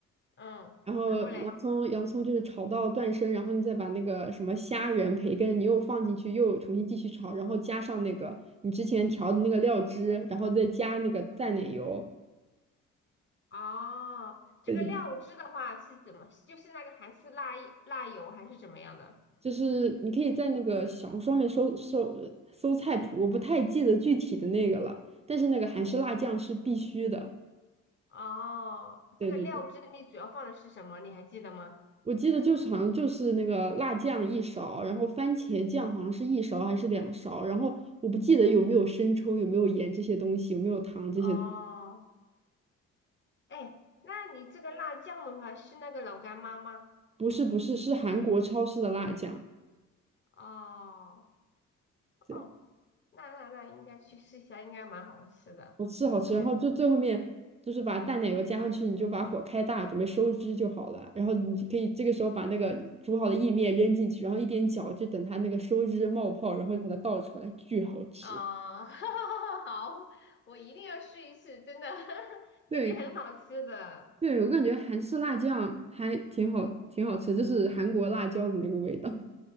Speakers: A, on the left; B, on the right.
A: 嗯，
B: 然后洋葱洋葱就是炒到断生，
A: 然后嘞，
B: 然后你再把那个什么虾仁、培根，你又放进去，又重新继续炒，然后加上那个你之前调的那个料汁，然后再加那个淡奶油。
A: 哦，这个料汁的话是怎么？
B: 对对对，
A: 就是那个韩式辣辣油还是怎么样的？
B: 就是你可以在那个小红书上面搜搜搜菜谱，我不太记得具体的那个了，但是那个韩式辣酱是必须的。
A: 哦，
B: 对对对。
A: 这个料汁你主要放的是什么？你还记得吗？
B: 我记得就是好像就是那个辣酱一勺，然后番茄酱好像是一勺还是两勺，然后我不记得有没有生抽，有没有盐这些东西，有没有糖这些，
A: 哦，哎，那你这个辣酱的话是那个老干妈吗？
B: 不是不是是韩国超市的辣酱，
A: 哦
B: 对，
A: 哦，那那那应该去试一下，应该蛮好吃的，
B: 好吃好吃。
A: 我觉得。
B: 然后就最后面就是把淡奶油加上去，你就把火开大，准备收汁就好了。然后你可以这个时候把那个煮好的意面扔进去，然后一边搅，就等它那个收汁冒泡，然后就把它倒出来，巨好吃。
A: 哦，<laughs> 好，我一定要试一试，真的，<laughs>
B: 对。
A: 感觉很好吃的。
B: 对，我感觉韩式辣酱还挺好，挺好吃，就是韩国辣椒的那个味道。